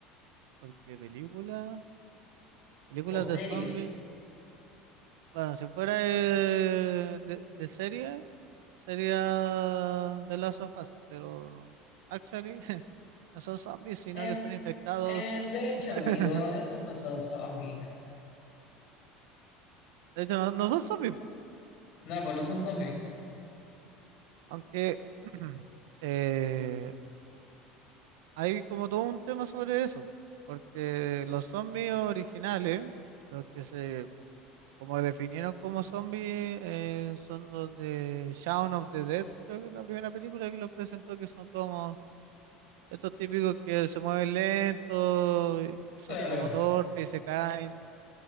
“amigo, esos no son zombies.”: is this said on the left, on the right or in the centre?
Left